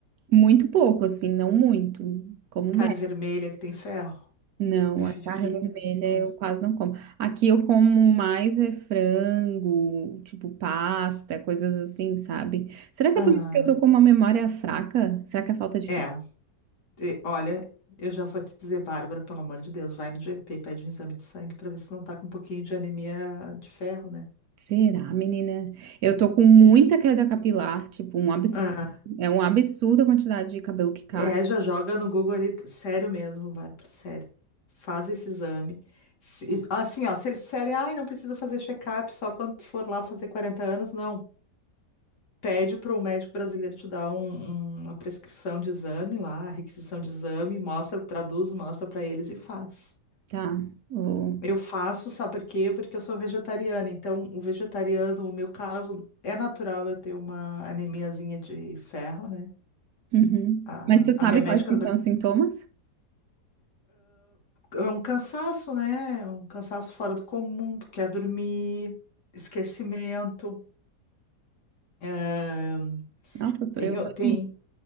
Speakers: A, on the right (about 70°); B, on the left (about 65°).
A: Muito pouco, assim, não muito. Como
B: Carne
A: médico.
B: vermelha que tem ferro.
A: Não,
B: Bife
A: a carne
B: de fígado,
A: vermelha
B: essas coisas.
A: eu quase não como. Aqui eu como mais é frango, tipo pasta, coisas assim, sabe? Será que
B: Aham.
A: é por isso que eu tô com uma memória fraca? Será que é falta de
B: É.
A: fé?
B: E, olha, eu já vou te dizer, Bárbara, pelo amor de Deus, vai no GP, pede um exame de sangue para ver se não tá com um pouquinho de anemia de ferro, né?
A: Será, menina? Eu tô com muita queda capilar, tipo, um absurdo.
B: Ah,
A: É um absurdo a quantidade de cabelo que cai.
B: é, já joga no Google ali, sério mesmo, Bárbara, sério. Faz esse exame. Se- assim, ó, se eles disserem, ai, não precisa fazer check-up só quando tu for lá fazer 40 anos, não. Pede para o médico brasileiro te dar um- uma prescrição de exame lá, requisição de exame, mostra, traduz, mostra para eles e faz.
A: Tá. Ô.
B: Eu faço, sabe por quê? Porque eu sou vegetariana. Então, o vegetariano, no meu caso, é natural eu ter uma anemiazinha de ferro, né?
A: Uhum.
B: A,
A: Mas tu sabe
B: a minha médica
A: quais que
B: no
A: são
B: Brasil.
A: os sintomas?
B: é um cansaço, né? Um cansaço fora do comum, tu quer dormir, esquecimento. ah,
A: Nossa, sou
B: tem,
A: eu
B: o-
A: todinha.
B: tem,